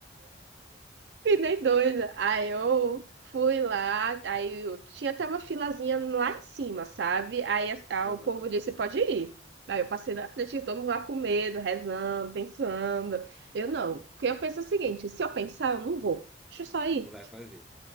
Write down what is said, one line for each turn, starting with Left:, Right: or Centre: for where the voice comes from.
Right: Que nem doida. Aí eu fui lá, aí eu tinha até uma filazinha lá em cima, sabe? Aí, a- a-
Centre: Aham.
Right: o povo disse, pode ir. Aí eu passei na frente, de todo mundo lá com medo, rezando, pensando. Eu não, porque eu penso o seguinte, se eu pensar, eu não vou. Deixa eu só ir.
Centre: Não vai fazer.